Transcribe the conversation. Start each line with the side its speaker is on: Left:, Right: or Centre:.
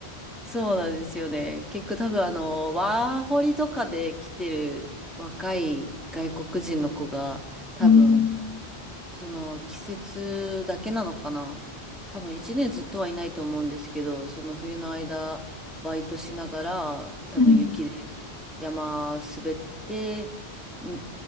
Centre: そうなんですよね。結構多分あの、ワーホリとかで来てる若い外国人の子が多分
Left: うん。
Centre: その季節だけなのかな。多分一年ずっとはいないと思うんですけど、その冬の間、バイトしながら、多分雪で山滑って、
Left: うん。
Centre: ん